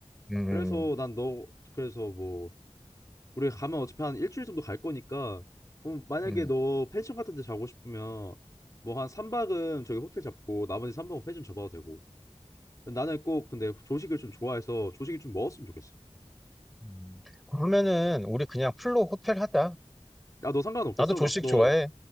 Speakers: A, in the centre; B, on the left (about 30°).
A: 음,
B: 그래서 난 너 그래서 뭐 우리 가면 어차피 한 일주일 정도 갈 거니까 그럼 만약에
A: 음,
B: 너 펜션 같은 데 자고 싶으면 뭐 한 3박은 저기 호텔 잡고 나머지 3박은 펜션 잡아도 되고. 나는 꼭 근데 조식을 좀 좋아해서 조식이 좀 먹었으면 좋겠어.
A: 음. 그러면은 우리 그냥 풀로 호텔 하자.
B: 야, 너 상관없겠어?
A: 나도 조식
B: 막 너
A: 좋아해.